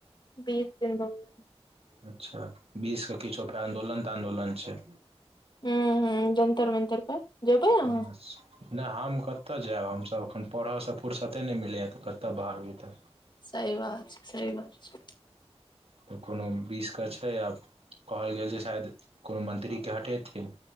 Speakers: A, on the left; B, on the right.
A: बीस दिन गेल
B: अच्छा बीस के किछो फे आदोलन तऽ'दोलन छै।
A: हू ह जन्तर मन्तर पर। जेबै अहाँ
B: आ <inaudible> नहि हम कतय जायब हमसभ एखन पढ़यसँ फुरसते नहि मिलैए तऽ' कतय बाहर भीतर।
A: सही बात छै सी बात छै।
B: तऽ' कोनो विषके छै आब कहल गेल जे शायद कोनो मन्त्रीकेँ हटेथिन।